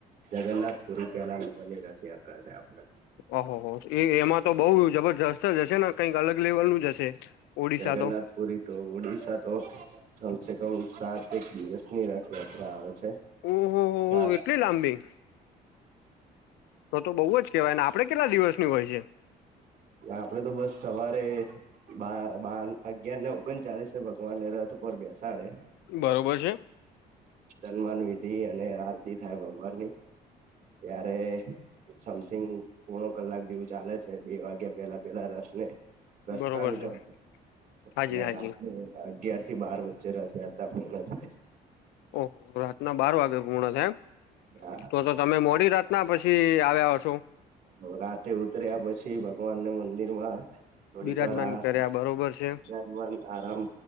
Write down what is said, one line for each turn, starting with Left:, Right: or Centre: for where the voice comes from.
Right: જગન્નાથ પુરી પેલા નંબર ની રથયાત્રા છે આપડે.
Left: અહો, હો હો! એ એમાં તો બઉ જબરજસ્ત જ હશે ને કંઈક અલગ લેવલ નું જ હશે. ઓડિશા
Right: જગન્નાથ
Left: તો
Right: પુરી તો ઉડિશા તો કમસે કમ સાત એક દિવસની રથયાત્રા આવે છે.
Left: ઓહો
Right: ચા,
Left: હો
Right: હ.
Left: એટલી લાંબી તો તો બઉ જ કેવાય ને, આપડે કેટલા દિવસની હોય છે?
Right: આપડે તો બસ સવારે બા બાર ન અગિયાર ને ઓગન ચાલીસે ભગવાન ને રથ ઉપર બેસાડે.
Left: બરોબર છે.
Right: તન્માન વિધિ અને આરતી થાય ભગવાન ની. ત્યારે સમથિંગ પોણો કલાક જેવું ચાલે છે બે વાગે પેલા પેલા રસ ને રસ્તાન
Left: બરોબર
Right: કર
Left: છે હાજી
Right: અને
Left: હાજી
Right: રાતે અગિયાર થી બાર વચ્ચે રથયાત્રા પૂર્ણ થાય સે.
Left: ઓહ! રાતના બાર વાગે પૂણઅ થાય એમ.
Right: આ.
Left: તો તો તમે મોડી રાતના પછી આવ્યા હસ
Right: ઓ રાતે ઉતર્યા પછી ભગવાનને મંદિર માં થોડીક
Left: બિરાજમાન
Right: વાર આ
Left: કર્યા બરોબર છે
Right: ભગવાન આરામ